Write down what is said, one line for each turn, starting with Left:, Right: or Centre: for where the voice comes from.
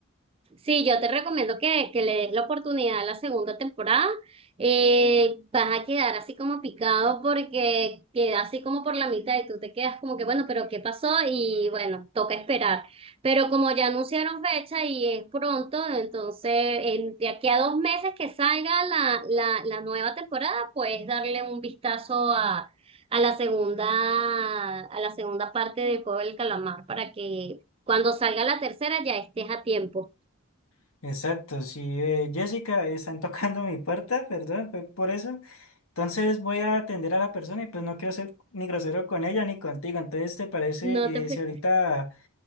Right: Sí, yo te recomiendo que, que le des la oportunidad a la segunda temporada. Eh, vas a quedar así como picado porque queda así como por la mitad y tú te quedas como que, bueno, pero ¿qué pasó? Y bueno, toca esperar. Pero como ya anunciaron fecha y es pronto, entonces en- de aquí a dos meses que salga la, la, la nueva temporada, puedes darle un vistazo a, a la segunda, a la segunda parte del Juego del Calamar para que cuando salga la tercera ya estés a tiempo.
Left: <laughs> Exacto, sí, eh, Jessica, eh, están tocando mi puerta, perdón, fue por eso. Entonces voy a atender a la persona y pues no quiero ser ni grosero con ella ni contigo. Entonces, ¿te parece
Right: No te preocupes.
Left: eh, si ahorita